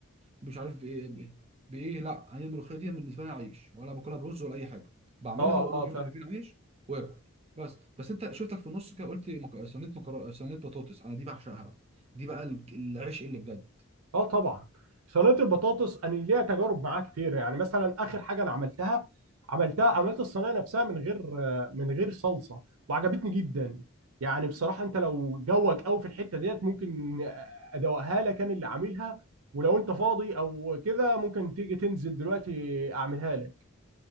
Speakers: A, on the right; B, on the right.
A: مش عارف بايه ب- بايه لا هي الملوخيه دي بالنسبه لي عيش ولا باكلها برز ولا اي حاجه بعملها
B: اه
A: واقوم
B: اه
A: اجيب رغيفين عيش واكل بس بس انت شفتك في النص كده قلت مك- صينيه مكرونه صينيه بطاطس انا دي بعشقها دي بقى العيش اللي بجد
B: اه طبعا صينيه البطاطس انا ليها تجارب معاها كتير يعني مثلا اخر حاجه انا عملتها عملتها عملت الصينيه نفسها من غير من غير صلصه وعجبتني جدا يعني بصراحه انت لو جوك قوي في الحته ديت ممكن ادوقها لك انا اللي عاملها ولو انت فاضي او كده ممكن تيجي تنزل دلوقتي اعملها لك